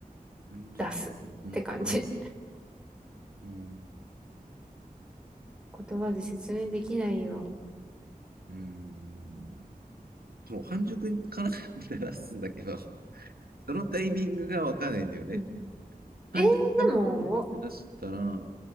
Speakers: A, on the right; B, in the centre.
A: 半熟
B: 出すって感じ。
A: と思ったらだ。うん。
B: 言葉で説明できないよ。
A: うーん。もう、半熟かなと思って出すんだけど、<laughs> そのタイミングがわかんないんだよね。
B: うん。
A: 半熟かなと思って出したら、
B: えー、でも、お